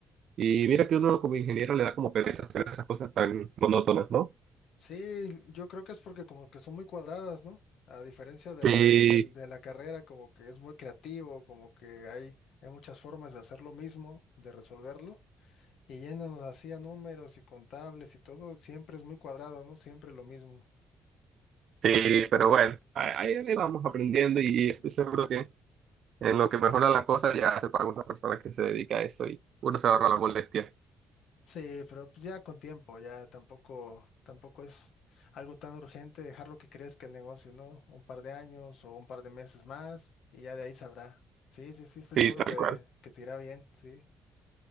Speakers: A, on the right; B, on the left.
A: Y mira que uno como ingeniero le da como pereza hacer esas cosas tan monótonas, ¿no?
B: Sí, yo creo que es porque como que son muy cuadradas, ¿no? A diferencia de
A: Sí,
B: la, Mm. del- de la carrera, como que es muy creativo, como que hay, hay muchas formas de hacer lo mismo, de resolverlo, y yéndonos así a números y contables y todo, siempre es muy cuadrado, ¿no? Siempre lo mismo.
A: sí, pero bueno, ahí, ahí vamos aprendiendo y estoy seguro que en lo que mejora la cosa ya se paga una persona que se dedica a eso y uno se ahorra la molestia.
B: Sí, pero pues ya con tiempo, ya tampoco, tampoco es algo tan urgente dejar lo que crezca el negocio, ¿no? Un par de años o un par de meses más, y ya de ahí saldrá. Sí, sí, sí, estoy
A: Sí,
B: seguro
A: tal
B: que,
A: cual.
B: que te irá bien, sí.